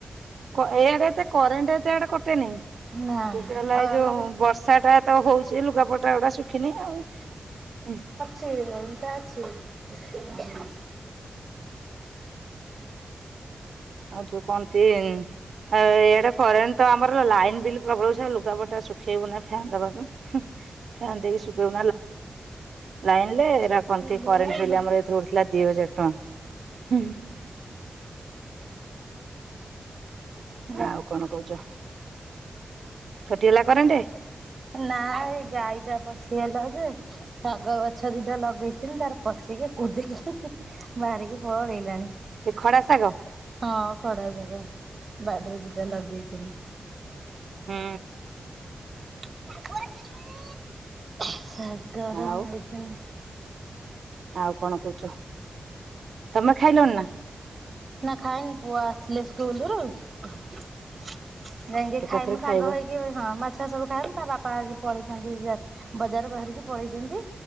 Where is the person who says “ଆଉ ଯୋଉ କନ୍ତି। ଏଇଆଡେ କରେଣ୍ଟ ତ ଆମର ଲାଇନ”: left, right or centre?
Right